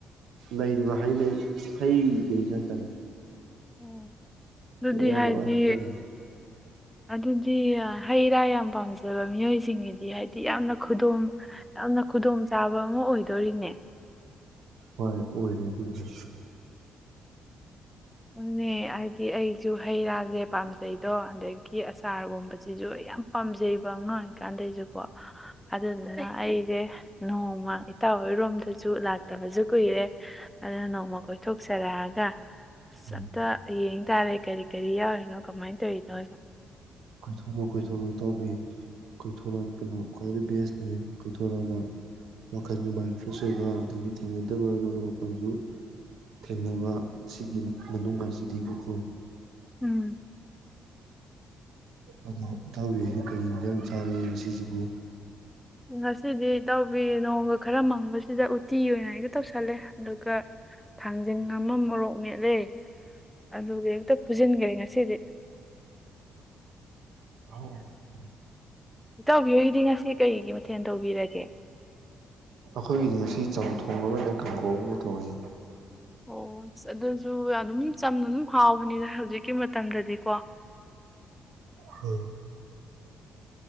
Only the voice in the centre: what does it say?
ꯑꯣ ꯑꯗꯨꯗꯤ
ꯍꯥꯏꯗꯤ
ꯑꯗꯨꯗꯤ ꯍꯩ ꯔꯥ ꯌꯥꯝ ꯄꯥꯝꯖꯕ ꯃꯤꯑꯣꯏꯖꯤꯡꯒꯤꯗꯤ ꯍꯥꯏꯗꯤ ꯌꯥꯝꯅ ꯈꯨꯗꯣꯡ ꯌꯥꯝꯅ ꯈꯨꯗꯣꯡꯆꯥꯥꯕ ꯑꯃ ꯑꯣꯏꯗꯣꯔꯤꯅꯦ꯫
ꯑꯗꯨꯅꯦ ꯗꯤ ꯑꯩꯖꯨ ꯍꯩ ꯔꯥꯖꯦ ꯄꯥꯝꯖꯩꯗꯣ ꯑꯗꯒꯤ ꯑꯆꯥꯥꯔꯒꯨꯝꯕꯖꯤꯖꯨ ꯑꯩ ꯌꯥꯝ ꯄꯥꯝꯖꯩꯕ ꯑꯉꯥꯡ ꯑꯣꯏꯔꯤꯀꯥꯟꯗꯩꯖꯨꯀꯣ꯫ ꯑꯗꯨꯗꯨꯅ ꯑꯩꯖꯦ ꯅꯣꯡꯃ ꯏꯇꯥꯎ ꯍꯣꯏꯔꯣꯝꯗꯖꯨ ꯂꯥꯛ ꯇꯕꯖꯨ ꯀꯨꯏꯔꯦ ꯑꯗꯨꯅ ꯅꯣꯡꯃ ꯀꯣꯏꯊꯣꯛꯆꯔ <unintelligible> ꯑꯁ
ꯑꯝꯇ ꯑꯌꯦꯡ ꯇꯥꯔꯦ ꯀꯔꯤ ꯀꯔꯤ ꯌꯥꯎꯔꯤꯅꯣ ꯀꯃꯥꯏꯅ ꯇꯧꯔꯤꯅꯣꯗꯣ꯫
ꯎꯝ꯫
ꯉꯁꯤꯗꯤ ꯏꯇꯥꯎꯕꯤ ꯅꯣꯡꯒ ꯈꯔ ꯃꯪꯕꯖꯤꯗ ꯎꯇꯤ ꯑꯣꯏꯅ ꯍꯦꯛꯇ ꯇꯧꯁꯜꯂꯦ ꯑꯗꯨꯒ ꯊꯥꯡꯖꯟ ꯑꯃ ꯃꯣꯔꯣꯛ ꯃꯦꯠꯂꯦ ꯑꯗꯨꯒ ꯍꯦꯛꯇ ꯐꯨꯖꯤꯟꯒꯔꯦ ꯉꯁꯤꯗꯤ꯫
ꯏꯇꯥꯎꯕꯤꯍꯣꯏꯒꯤꯗꯤ ꯉꯁꯤ ꯀꯔꯤꯒꯤ ꯃꯊꯦꯜ ꯇꯧꯕꯤꯔꯒꯦ꯫
ꯑꯣ ꯑꯗꯨꯁꯨ ꯑꯗꯨꯝ ꯆꯝꯅ ꯑꯗꯨꯝ ꯍꯥꯎꯕꯅꯤꯗ ꯍꯧꯖꯤꯛꯀꯤ ꯃꯇꯝꯗꯗꯤꯀꯣ